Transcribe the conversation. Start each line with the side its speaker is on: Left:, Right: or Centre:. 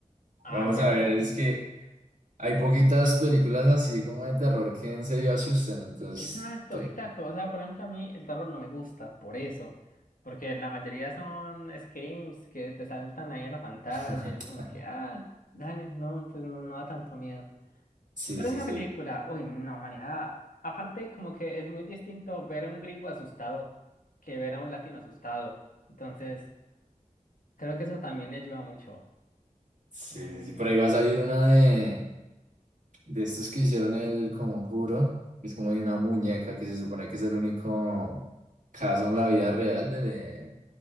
Left: Ah,
Right: vamos
Left: es buenísimo.
Right: a ver, es que hay poquitas películas así como de terror que en serio asustan, entonces...
Left: Exacto,
Right: te-
Left: exacto. O sea, por ejemplo, a mí el terror no me gusta, por eso. Porque la mayoría son screams que te saltan ahí en la pantalla.
Right: <laughs>
Left: y es como que, ah, dale, no, pues no, no da tanto miedo.
Right: Sí,
Left: Pero
Right: sí,
Left: esa
Right: sí.
Left: película,
Right: <laughs>
Left: uy, no, manejada. Aparte, como que es muy distinto ver a un gringo asustado que ver a un latino asustado. Entonces, creo que eso también le ayuda mucho.
Right: Sí,
Left: Eh,
Right: sí, por ahí va a salir una de, de estos que hicieron el conjuro, que es como de una muñeca que se supone que es el único caso en la vida real de, de-